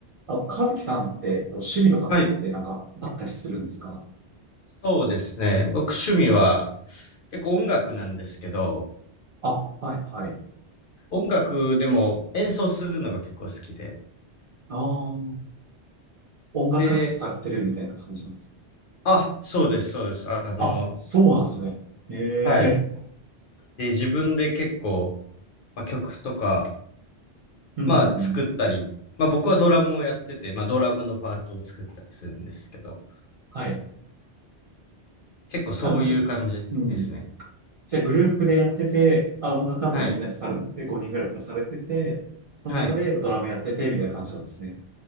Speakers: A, on the right; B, on the left.
A: あ、和樹さんってこう趣味とかってなんかあったりするんですか
B: はい。そうですね。僕趣味は結構音楽なんですけど、
A: あ、はいはい。
B: 音楽でも演奏するのが結構好きで。
A: ああ、音楽活動されてるみたいな感じなんですか
B: で、あ、そうです、そうです。あの、
A: あ、そうなんですね。え
B: はい。
A: え
B: で、自分で結構、まあ、曲とか、
A: <laughs> うん。
B: まあ作ったり、まあ僕はドラムをやってて、まあドラムのパートを作ったりするんですけど、
A: はい。
B: 結構そういう感じですね。
A: あ、もうす、うん。じゃあグループでやってて、あ、音楽活動みんなでされて、
B: はい。
A: 5人ぐらいとかされてて、その中でドラムやってて、
B: はい。
A: みたいな感じなんですね。